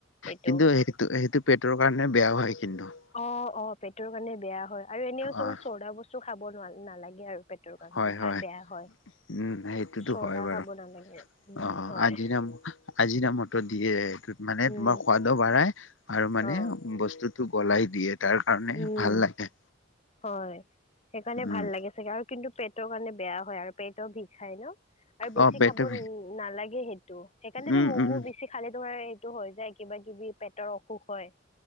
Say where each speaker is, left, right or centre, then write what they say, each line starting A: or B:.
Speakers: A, on the left; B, on the left.
A: এইটো
B: কিন্তু, সেইটোতো সেইটো পেটৰ কাৰণে বেয়াও হয় কিন্তু
A: অ, অ পেটৰ কাৰণে বেয়া হয় আৰু এনেও তোমাৰ
B: অ'।
A: চৌদা বস্তু খাব নোৱাৰি নালাগে আৰু পেটৰ কাৰণে
B: হয়,
A: ভা
B: হয়,
A: বেয়া হয়।
B: উম, সেইটোতো
A: চৰ্দা
B: হয় বাৰু।
A: খাব নালাগে উম
B: অ, অ
A: হয়
B: আজিনা ম আজিনা মতৰ দিয়ে এইটোত। মানে
A: উম
B: তোমাৰ সোৱাদো বাঢ়াই আৰু মানে
A: অ
B: বস্তু টো গলাই দিয়ে তাৰ কাৰণে
A: উম
B: ভাল লাগে।
A: হয়। সেইকাৰণে
B: উম,
A: ভাল লাগে চাগে আৰু কিন্তু পেটৰ কাৰণে বেয়া হয়, আৰু পেটো বিষাই ন? আৰু বেছি
B: অ', পেটৰ
A: খাব ন নালাগে সেইটো, সেইকাৰণেটো
B: উম,
A: ম'মো
B: উম,
A: বেছি পে খালে তোমাৰ এইটো হৈ যায় কিবা-কিবি পেটৰ অসুখ হয়।